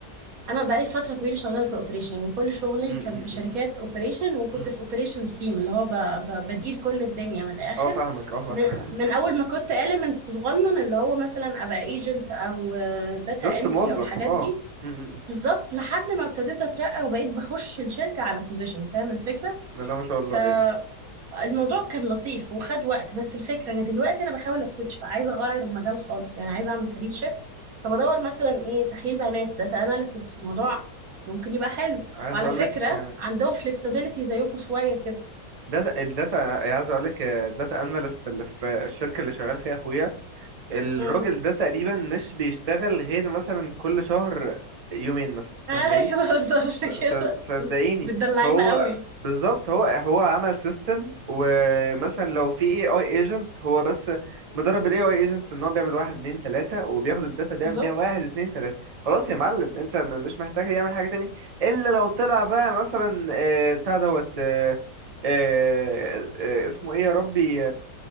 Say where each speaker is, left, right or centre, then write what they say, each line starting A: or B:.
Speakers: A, on the right; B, on the right.
A: انا بقالي فترة طويلة شغالة في الاوبريشن يعني كل شغلي
B: م-
A: كان
B: م-
A: في شركات
B: م-
A: اوبريشن وكنت
B: م.
A: في اوبريشن تيم اللي هو ب... ب... بدير كل الدنيا من الاخر
B: اه فاهمك اه فاهم
A: من, من اول ما كنت element صغنن اللي هو مثلا ابقى ايجنت او
B: <laughs>
A: داتا
B: جاست
A: انتري
B: موظف
A: او الحاجات
B: اه
A: دي
B: م- م- م.
A: بالظبط لحد ما ابتديت اترقى وبقيت بخش الشركة على بوزيشن فاهم الفكرة
B: بسم الله ما شاء الله
A: ف
B: ايوه
A: الموضوع كان لطيف وخد وقت بس الفكرة انا دلوقتي انا بحاول اسويتش بقى عايزة اغير المجال خالص يعني عايزة اعمل كارير شيفت فبدور مثلا ايه تحليل بيانات داتا اناليسس الموضوع ممكن يبقى حلو
B: عايز
A: وعلى
B: اقول
A: فكرة
B: لك
A: عندهم فلكسبيليتي زيكم شوية كده
B: داتا الداتا عايز اقول لك الداتا اناليست اللي في الشركه اللي شغال فيها اخويا الراجل
A: امم
B: ده تقريبا مش بيشتغل غير مثلا كل شهر يومين مثلا
A: <laughs>
B: فاهماني؟
A: ايوه بالظبط
B: صد-
A: كده
B: صدقيني
A: بس بتدلعينا
B: هو
A: قوي
B: بالظبط هو هو عمل سيستم ومثلا
A: مم.
B: لو في اي اي ايجنت هو بس مدرب الاي اي ايجنت ان هو بيعمل واحد اتنين تلاتة وبياخد الداتا بيعمل
A: بالظبط
B: بيها واحد اتنين تلاتة خلاص يا معلم انت م- مش محتاج يعمل حاجة تاني الا لو طلع بقى مثلا آه، بتاع دوت آه، آه، آه، اسمه ايه يا ربي